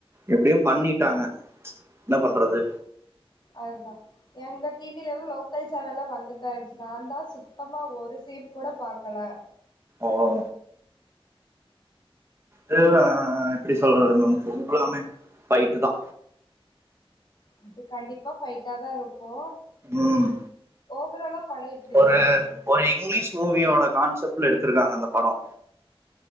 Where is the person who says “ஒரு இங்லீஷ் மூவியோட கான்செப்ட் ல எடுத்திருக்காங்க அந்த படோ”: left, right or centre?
Right